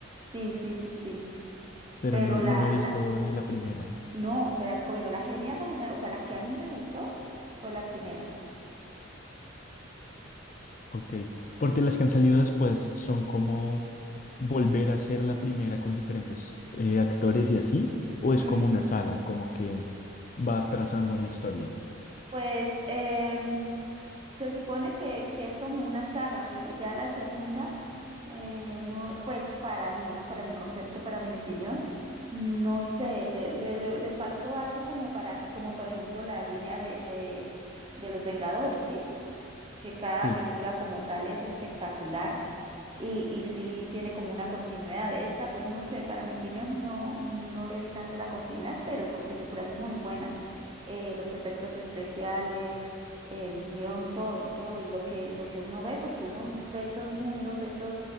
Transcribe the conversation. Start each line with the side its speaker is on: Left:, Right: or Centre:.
Right: sí, sí, sí, sí.
Left: Pero
Right: Pero
Left: no, no
Right: la,
Left: me he visto
Right: la,
Left: ni la primera.
Right: no, te la recomiendo, la genial, la genial, o sea, la que a mí me gustó fue la primera.
Left: Ok, porque las que han salido después son como volver a ser la primera con diferentes eh, actores y así, o es
Right: Mm,
Left: como una saga, como que va trazando una historia.
Right: Pues em, se supone que, que es como una saga, pero ya la segunda eh, no, pues para mí, ¿no? Para mi concepto, para mi opinión, no sé, le, le, le faltó algo como para que, como por ejemplo la línea de, de, de los Vengadores, ¿sí? Que cada
Left: Sí,
Right: película como tal es espectacular y, y sí tiene como una continuidad. De esta, pues no sé, para mi opinión no, no le vi tanto la continuidad, pero son películas muy buenas. Eh, los efectos especiales, el guión, todo, todo, y lo que, lo que uno ve, porque uno ve esos mundos, esos,